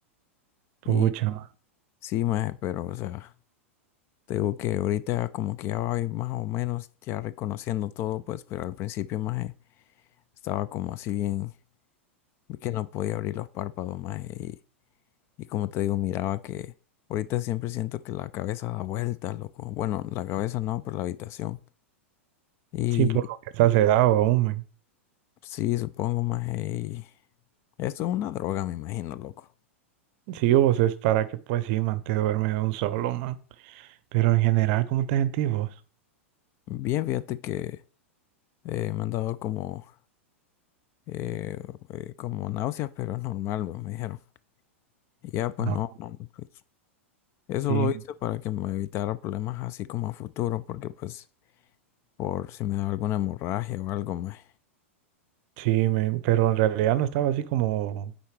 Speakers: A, on the right; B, on the left.
A: Pucha,
B: Y
A: man.
B: sí, más, pero, o sea. Te digo que ahorita como que ya voy más o menos ya reconociendo todo, pues, pero al principio más estaba como así bien, que no podía abrir los párpados más y, y como te digo, miraba que ahorita siempre siento que la cabeza da vueltas, loco. Bueno, la cabeza no, pero la habitación. Y
A: Sí, por lo que estás sedado aún, men.
B: sí, supongo más y esto es una droga, me imagino, loco.
A: Sí, vos es para que, pues sí, man, te duerme de un solo, man. Pero en general, ¿cómo te sentís vos?
B: Bien, fíjate que eh, me han dado como, eh, eh, como náuseas, pero es normal, pues, me dijeron. Y ya, pues
A: No,
B: no, no, pues, Eso
A: sí,
B: lo hice para que me evitara problemas así como a futuro, porque pues por si me da alguna hemorragia o algo más.
A: sí, me- pero en realidad no estaba así como,